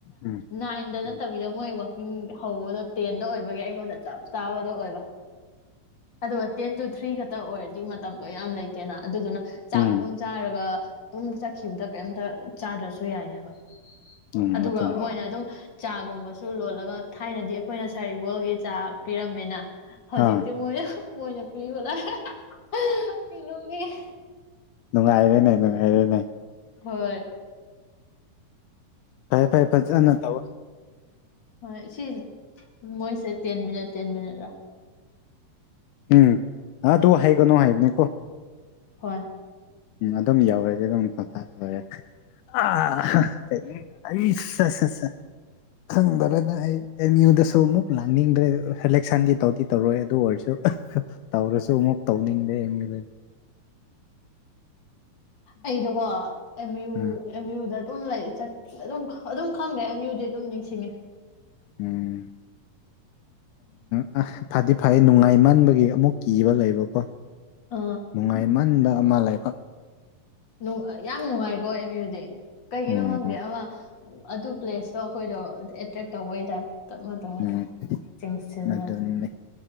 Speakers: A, on the left (about 80°); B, on the left (about 40°).
A: ꯎꯝ
B: ꯅꯥꯏꯟꯗ ꯅꯠꯇꯕꯤꯗ
A: ꯎꯝ
B: ꯃꯣꯏ ꯋꯥꯛꯀꯤꯡ ꯍꯧꯕꯗꯣ ꯇꯦꯟꯗ ꯑꯣꯏꯕꯒꯤ ꯑꯩꯉꯣꯟꯗ ꯆꯥꯞ ꯆꯥꯕꯗꯣ ꯑꯣꯏꯕ ꯑꯗꯨꯗ ꯇꯦꯟ ꯇꯨ ꯊ꯭ꯔꯤꯒ ꯇ ꯑꯣꯏꯔꯗꯤ ꯃꯇꯝꯗꯣ ꯌꯥꯝ ꯂꯩꯇꯦꯗꯅ ꯑꯗꯨꯗꯨꯅ ꯆꯥꯒ
A: ꯎꯝ
B: ꯑꯗꯨꯝ ꯆꯥꯔꯒ ꯇꯨꯝꯗ ꯆꯠꯈꯤꯕꯗ ꯀꯩꯝꯇ ꯆꯥꯗ꯭ꯔꯁꯨ ꯑꯗꯨ ꯌꯥꯏ ꯍꯥꯏꯕ
A: ꯎꯝ
B: ꯑꯗꯨꯒ
A: ꯑꯗꯨꯅꯤ
B: ꯃꯣꯏꯅ ꯑꯗꯨꯝ ꯆꯥ ꯨꯝꯕꯁꯨ ꯂꯣꯜꯂꯒ ꯊꯥꯏꯅꯗꯤ ꯑꯩꯈꯣꯏꯅ ꯁꯔꯤꯕꯔꯤꯕꯣꯜꯒꯤ ꯆꯥ ꯄꯤꯔꯝꯃꯦꯅ ꯍꯧꯖꯤꯛꯇ
A: ꯑꯥ
B: ꯃꯣꯏ ꯃꯣꯏꯅ ꯄꯤꯕꯂꯛꯑꯥ <unintelligible> ꯑꯩ ꯅꯣꯛꯅꯤꯉꯦ
A: ꯅꯨꯡꯉꯥꯏꯔꯦꯅꯦ ꯅꯨꯡꯉꯥꯏꯔꯦꯅꯦ
B: ꯍꯣꯏ
A: ꯐꯥꯏ ꯐꯥꯏ ꯐꯖꯥ ꯅ ꯇꯧ
B: ꯍꯣꯏ ꯁꯤ ꯃꯣꯏꯁꯦ ꯇꯦꯟ ꯃꯤꯅꯠ ꯇꯦꯟ ꯃꯤꯅꯠꯔꯥ
A: ꯎꯝ ꯑꯗꯨ ꯍꯥꯏꯒꯅꯨ ꯍꯥꯏꯕꯅꯦꯀꯣ
B: ꯍꯣꯏ
A: ꯎꯝ ꯑꯗꯨꯝ ꯌꯧꯔꯗꯤ ꯑꯗꯨꯝ ꯄꯊꯥꯈꯔ <unintelligible> ꯑꯩ ꯆꯁ <unintelligible> <inaudible> ꯈꯪꯕꯔꯦꯅ ꯑꯩ ꯑꯦꯝ ꯌꯨꯗꯁꯨ ꯑꯃꯨꯛ ꯂꯥꯡꯅꯤꯡꯗ꯭ꯔꯦ ꯁꯦꯂꯦꯛꯁꯟꯗꯤ ꯇꯧꯗꯤ ꯇꯧꯔꯣꯏ ꯑꯗꯨ ꯑꯣꯏꯔ ꯇꯧꯔꯁꯨ ꯑꯃꯨꯛ ꯇꯧꯅꯤꯡꯕꯔꯥ <unintelligible>
B: ꯑꯩꯗꯣꯀꯣ ꯑꯝꯌꯨ
A: ꯎꯝ
B: ꯑꯝꯌꯨꯗ ꯑꯗꯨꯝ ꯂꯩꯠ ꯑꯗꯨꯝ ꯑꯗꯨꯝ ꯈꯪꯗꯦ ꯑꯝ ꯌꯨꯗꯤ ꯑꯗꯨꯝ ꯅꯤꯡꯁꯤꯡꯉꯦ
A: ꯎꯝ <unintelligible> ꯐꯗꯤ ꯐꯩꯦ ꯅꯨꯡꯉꯥꯏꯃꯟꯕꯒꯤ ꯑꯃꯨꯛ ꯀꯤꯕ ꯂꯩꯕꯀꯣ
B: ꯑ
A: ꯅꯨꯡꯉꯥꯏꯃꯟꯕ ꯑꯃ ꯂꯩꯕ
B: ꯅꯨ ꯌꯥꯝ ꯅꯨꯡꯉꯥꯏꯔ <unintelligible> ꯑꯃꯌꯨꯗꯤ ꯀꯩꯒꯤꯅꯣ
A: ꯎꯝ
B: ꯈꯪꯗꯦ
A: ꯎꯝ
B: ꯑꯃ ꯑꯗꯨ ꯄ꯭ꯂꯦꯁꯇꯣ ꯑꯩꯈꯣꯏꯗꯣ ꯑꯦꯇ꯭ꯔꯦꯛ ꯇꯧꯕꯩꯇꯥ ꯇꯨꯄ ꯇꯞꯅ ꯇꯥꯗꯔꯣ
A: ꯎꯝ
B: ꯆꯤꯡꯁꯤꯜꯂꯒ
A: ꯑꯗꯨꯅꯤ